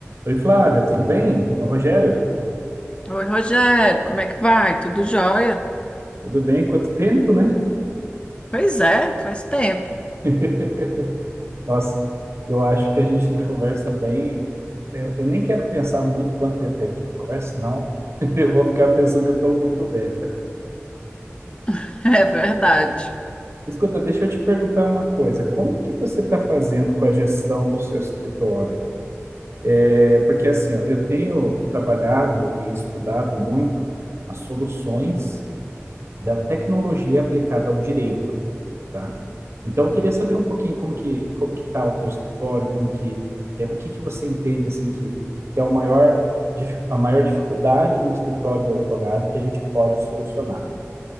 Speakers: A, on the right; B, on the left.
A: Oi, Flávia, tudo bem? É o Rogério.
B: Oi, Rogério, como é que vai? Tudo jóia?
A: Tudo bem? Quanto tempo, né?
B: Pois é, faz tempo.
A: <laughs> Nossa, eu acho que a gente não conversa bem. Eu, eu nem quero pensar muito quanto tempo que a gente não conversa, senão <laughs> eu vou ficar pensando que eu estou muito velho.
B: <laughs> É verdade.
A: Escuta, deixa eu te perguntar uma coisa. Como que você está fazendo com a gestão do seu escritório? É porque assim, ó, eu tenho trabalhado e estudado muito as soluções da tecnologia aplicada ao direito. tá? Então, eu queria saber um pouquinho como que como que está o teu escritório, como que é, o que que você entende assim que, que é o maior dif- a maior dificuldade no escritório do advogado que a gente pode solucionar.